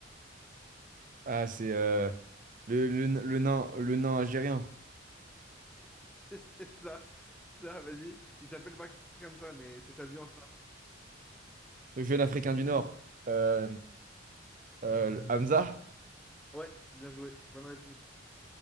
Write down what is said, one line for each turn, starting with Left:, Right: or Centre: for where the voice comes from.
Right: Ah, c'est euh, le, le, le nain, le nain algérien.
Centre: <laughs> C'est ça. C'est ça, vas-y. Il s'appelle pas comme ça, mais c'est sa bio Insta.
Right: Le jeune Africain du Nord. Euh, euh, Hamza?
Centre: Ouais, bien joué. Bonne réponse.